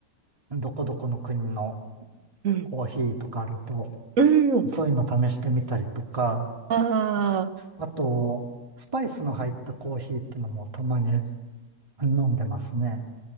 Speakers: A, on the right (about 25°); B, on the right (about 70°).
A: どこどこの国の
B: うん。
A: コーヒーとかあると、
B: うん。
A: そういうの試してみたりとか、
B: ああ、
A: あと、スパイスの入ったコーヒーっていうのもたまに飲んでますね。